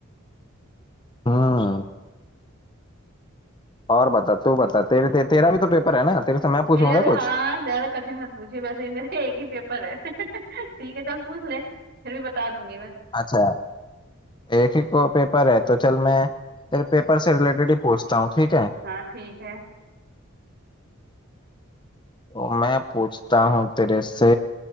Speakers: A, on the left (about 20°); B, on the right (about 45°).
A: हम्म और बता तू बता तेरे ते, तेरा भी तो पेपर है ना तेरे से मैं पूछूंगा
B: मेरा तो
A: कुछ
B: हाँ ज्यादा कठिन मत पूछिए वैसे ही मेरा <laughs> एक ही पेपर है <laughs> ठीक है चल पूछ ले फिर भी बता दूंगी मैं
A: अच्छा एक ही को पेपर है तो चल मैं तेरे पेपर से रिलेटेड ही पूछता हूँ ठीक है
B: हाँ ठीक है
A: तो मैं पूछता हूँ तेरे से